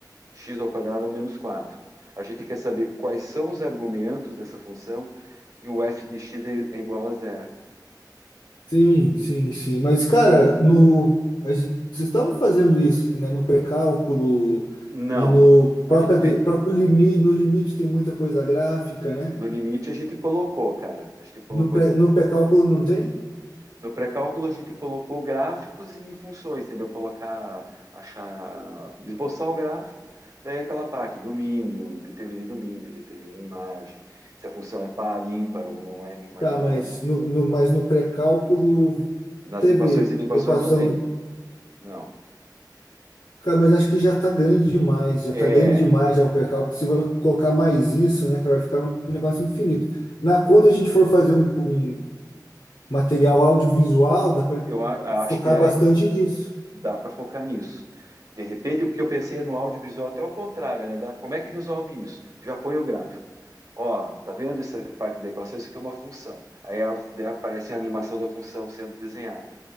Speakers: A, on the right; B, on the left.
A: x ao quadrado menos quatro A gente quer saber quais são os argumentos dessa função que o f de x é, é igual a zero.
B: Sim, sim, sim. Mas, cara, no, a gente, vocês estavam fazendo isso, né? No pré-cálculo
A: Não,
B: e no
A: a
B: própria,
A: gente fez,
B: de- próprio limite, no limite tem muita coisa gráfica, né?
A: no limite a gente colocou, cara, a gente colocou,
B: No pré, no pré-cálculo não tem?
A: No pré-cálculo a gente colocou gráficos e funções, entendeu? Colocar, achar, esboçar o gráfico, daí aquela parte, domínio, determine domínio, determine imagem, se a função é par, ímpar ou não é nenhuma
B: Tá,
A: nem
B: mas
A: outra.
B: no, no- mas no pré-cálculo
A: Nas
B: teve
A: equações e inequações
B: equação
A: não tem,
B: do.
A: não.
B: Cara, mas acho que já tá grande demais, já
A: É,
B: tá grande demais já o pré-cálculo. Se vai colocar mais isso, né, que vai ficar um negócio infinito. Na, quando a gente for fazer um, um material audiovisual, dá para
A: eu a-
B: focar
A: acho que aí
B: bastante nisso.
A: dá para focar nisso. De repente, o que eu pensei no audiovisual até o contrário, né? Dá- Como é que resolve isso? Já põe o gráfico. Ó, tá vendo essa parte da equação? Isso aqui é uma função. Aí ela- daí aparece a animação da função sendo desenhada.